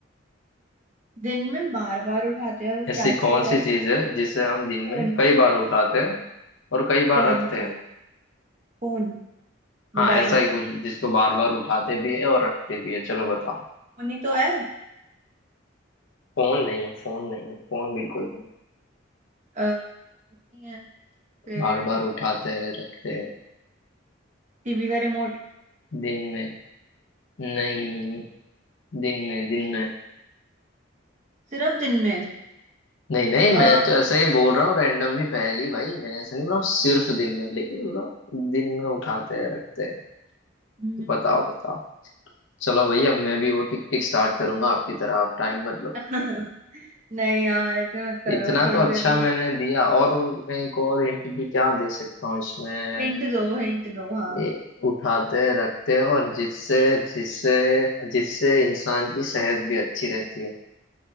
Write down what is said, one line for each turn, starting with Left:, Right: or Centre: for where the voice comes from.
Right: दिन में बार बार उठाते हैं और वो
Left: ऐसी
Right: क्या
Left: कौन
Right: चीज है
Left: सी चीज़ है जिसे हम दिन
Right: Phone
Left: में कई बार उठाते हैं और कई बार
Right: Phone
Left: रखते
Right: Phone
Left: हैं
Right: Phone
Left: हाँ
Right: Mobile
Left: ऐसा ही कुछ जिसको बार बार उठाते भी है और रखते भी है चलो बताओ
Right: Phone ही तो है
Left: फोन नहीं है फोन नहीं है फोन बिल्कुल नहीं है।
Right: अ, नहीं है फिर
Left: बार बार उठाते हैं रखते हैं
Right: टीवी का रिमोट
Left: दिन में नहीं दिन में दिन में
Right: सिर्फ दिन में
Left: नहीं नहीं
Right: अ,
Left: मैं तो ऐसे ही बोल रहा हूँ रैंडमली पहली भाई मैं ऐसे नहीं बोल रहा हूँ सिर्फ दिन में लेकिन बोल रहा हूँ दिन में उठाते हैं रखते हैं
Right: हम्म,
Left: बताओ बताओ चलो भैया मैं भी वो टिक टिक स्टार्ट करूंगा आपकी तरह आप टाइम मत लो
Right: <laughs> नहीं यार ऐसे मत करो
Left: इतना
Right: थोड़ी
Left: तो
Right: देर
Left: अच्छा
Right: को
Left: मैंने दिया और मैं एक और हिंट भी क्या दे सकता हूँ इसमें
Right: हिंट दो हिंट दो हाँ
Left: ए, उठाते रखते और जिससे जिससे जिससे इंसान की सेहत भी अच्छी रहती है